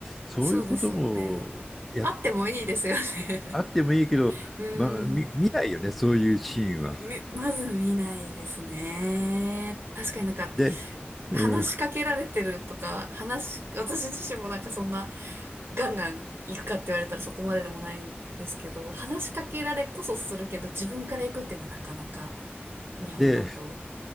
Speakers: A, in the centre; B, on the right (about 70°).
A: そういうことも、
B: そうですよね。
A: やっ
B: あってもいいですよね。
A: あってもいいけど、
B: <laughs> うーん。
A: まあ、見、見ないよね、そういうシーンは。
B: み、まず見ないですね。確かになんか、
A: で、うん、
B: 話しかけられてるとか、話、私自身もなんかそんな、ガンガン行くかって言われたらそこまででもないんですけど、話しかけられこそするけど、自分から行くっていうのはなかなか、日本だと。
A: で、